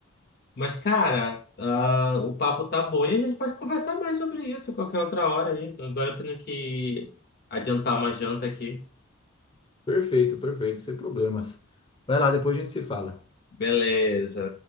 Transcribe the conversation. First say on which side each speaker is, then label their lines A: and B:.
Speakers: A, on the left; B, on the left.
A: Mas, cara, ah, o papo tá bom e a gente pode conversar mais sobre isso qualquer outra hora aí. Agora eu tenho que adiantar uma janta aqui.
B: Perfeito, perfeito, sem problemas. Vai lá, depois a gente se fala.
A: Beleza.